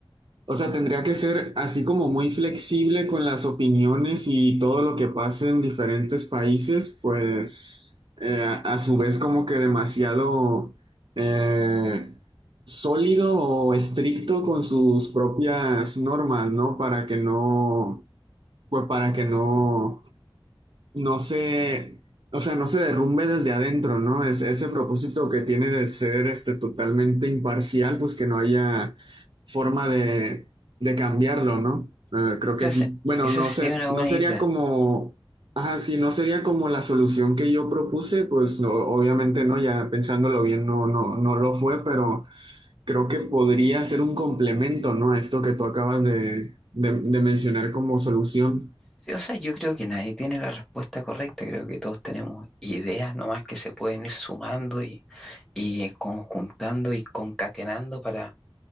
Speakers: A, on the right; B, in the centre.
A: o sea, tendría que ser así como muy flexible con las opiniones y todo lo que pase en diferentes países, pues eh, a, a su vez como que demasiado eh, sólido o estricto con sus propias normas, ¿no? Para que no, pues para que no no se, o sea, no se derrumbe desde adentro, ¿no? Es, ese propósito que tiene de ser este, totalmente imparcial, pues que no haya forma de, de cambiarlo, ¿no? Eh, creo
B: Esa,
A: que aquí,
B: se-
A: bueno,
B: esa
A: no
B: sería
A: sé,
B: una buena
A: no sería
B: idea.
A: como, ajá, sí, no sería como la solución que yo propuse, pues no, obviamente no, ya pensándolo bien, no, no, no lo fue, pero creo que podría ser un complemento, ¿no? A esto que tú acabas de, de de mencionar como solución.
B: Sí, o sea, yo creo que nadie tiene la respuesta correcta, creo que todos tenemos ideas nomás que se pueden ir sumando y, y conjuntando y concatenando para